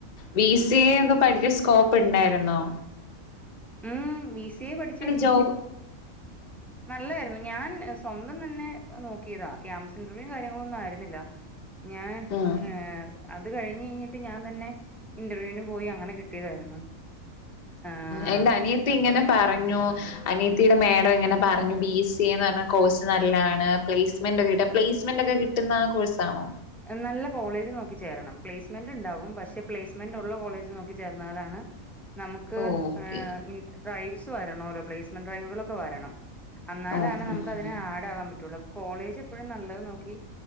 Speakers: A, on the left; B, in the centre.
A: B C A ഒന്ന് <unintelligible> പ്പണ്ടായിരുന്നോ
B: ഉം ബി സി എ പഠിച്ച് കഴിഞ്
A: ജോബ്
B: നല്ലായിരുന്നു ഞാൻ സ്വന്തം തന്നെ നോക്കിയതാ ക്യാമ്പസ് ഇന്റർവ്യൂ കാര്യങ്ങളൊന്നും ആയിരുന്നില്ല ഞാൻ
A: ഉം
B: ഏ അത് കഴിഞ് കഴിഞ്ഞിട്ട് ഞാൻ തന്നെ ഇന്റർവ്യൂന് പോയി അങ്ങനെ കിട്ടിയതായിരുന്നു ആഹ്
A: എന്റെ അനിയത്തി ഇങ്ങനെ പറ ഞ്ഞു അനിയത്തിയുടെ മേഡം ഇങ്ങനെ പറഞ്ഞു ബി സി എ എന്ന കോഴ്സ് നല്ലാണ് പ്ലേസ്മെന്റോക്കെ കിട്ടും പ്ലേസ്മെന്റ് ഒക്കെ കിട്ടുന്ന കോഴ്സ് ആണോ?
B: നല്ല കോളേജ് നോക്കി ചേരണം പ്ലേസ്മെന്റ് ഉണ്ടാവും പക്ഷെ പ്ലേസ്മെന്റ് ഉള്ള കോളേജ് നോക്കി ചേർന്നാലാണ് നമുക്ക്
A: ഓക്കെ
B: ഹേ ഡ്രൈവ് വരണോല്ലോ പ്ലേസ്മെന്റ് ഡ്രെവുകളൊക്കെ വരണം അന്നാലാണ്
A: ഓ
B: നമുക്ക്
A: ഉം
B: അതിന് ആഡ് ആവാൻ പറ്റൊളളു കോളേജ് എപ്പോഴും നല്ലത് നോക്കി